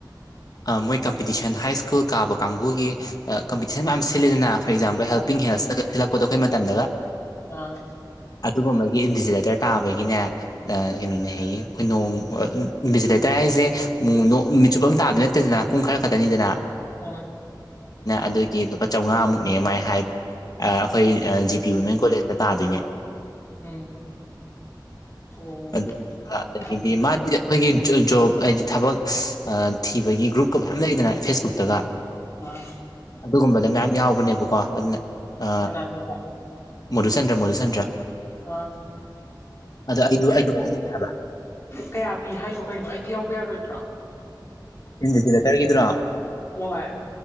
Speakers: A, on the left (about 55°); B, on the left (about 35°).
A: ꯑ ꯃꯣꯏ ꯀꯝꯄꯤꯇꯤꯁꯟ ꯍꯥꯏ ꯁ꯭ꯀꯨꯜ ꯀꯥꯕ ꯀꯥꯡꯕꯨꯒꯤ ꯀꯝꯄꯤꯇꯤꯁꯟ ꯃꯌꯥꯝ ꯁꯤꯜꯂꯤꯗꯅ ꯐꯣꯔ ꯑꯦꯛꯖꯥꯝꯄꯜ
B: ꯑꯥ
A: ꯍꯦꯜꯄꯤꯡ ꯍꯦꯜꯁꯅꯒ ꯊꯜꯂꯛꯄꯗꯣ ꯑꯩꯈꯣꯏ ꯃꯇꯝꯗꯒ
B: ꯑꯥ
A: ꯑꯗꯨꯒꯨꯝꯕꯒꯤ ꯏꯟꯚꯤꯖꯤꯂꯦꯇꯔ ꯇꯥꯕꯒꯤꯅꯦ ꯀꯩꯅꯣꯅꯦ ꯍꯥꯏꯌꯦ ꯑꯩꯈꯣꯏ ꯅꯣꯡ ꯏꯟꯚꯤꯖꯤꯂꯦꯇꯔ ꯍꯥꯏꯁꯦ ꯎꯝ ꯅꯣ ꯅꯨꯃꯤꯠꯆꯨꯞ ꯑꯃ ꯇꯥꯕꯗꯤ ꯅꯠꯇꯦꯗꯅ ꯄꯨꯡ ꯈꯔ ꯈꯛꯇꯅꯤꯗꯅ
B: ꯑꯥ
A: ꯑꯗꯨꯒꯤ ꯂꯨꯄꯥ ꯆꯥꯝꯃꯉꯥꯃꯨꯛꯅꯦ ꯃꯥꯏ ꯍꯥꯏ ꯑ ꯑꯩꯈꯣꯏ ꯑ ꯖꯤ
B: ꯎꯝ
A: ꯄꯤ ꯋꯨꯃꯦꯟ ꯀꯣꯂꯦꯖꯇ ꯇꯥꯗꯣꯏꯅꯦ
B: ꯎꯝ ꯑꯣ
A: ꯑꯗꯨ ꯑꯗꯒꯤꯗꯤ
B: ꯑꯗꯣ
A: ꯃꯥꯗꯤ ꯑꯩꯈꯣꯏꯒꯤ ꯖꯨ ꯖꯣꯕ ꯍꯥꯏꯗꯤ ꯊꯕꯛ ꯑ ꯊꯤꯕꯒꯤ ꯒ꯭ꯔꯨꯞꯀ ꯃꯌꯥꯝ ꯂꯩꯗꯅ ꯐꯦꯁ ꯕꯨꯠꯇꯒ
B: ꯑꯥ
A: ꯑꯗꯨꯒꯨꯝꯕꯗ ꯃꯌꯥꯝ ꯌꯥꯎꯕꯅꯦꯕꯀꯣ ꯑꯗꯨꯅ ꯑ
B: ꯀꯅꯥꯅꯣꯕ
A: ꯃꯗꯨꯆꯟꯗ꯭ꯔ ꯃꯗꯨꯆꯟꯗ꯭ꯔ
B: ꯑ
A: ꯑꯩꯗꯣ
B: ꯀꯩꯅꯣ
A: ꯑꯩꯗꯣ ꯈꯜꯂꯤ ꯍꯥꯏꯕ
B: ꯀꯌꯥ ꯄꯤ ꯍꯥꯏꯅꯣ ꯀꯩꯅꯣ ꯑꯩ ꯌꯥꯎꯕ ꯌꯥꯔꯣꯏꯗ꯭ꯔꯣ
A: ꯏꯟꯕꯤ ꯖꯤꯂꯦꯇꯔꯒꯤꯗꯨꯔꯣ
B: ꯍꯣꯏ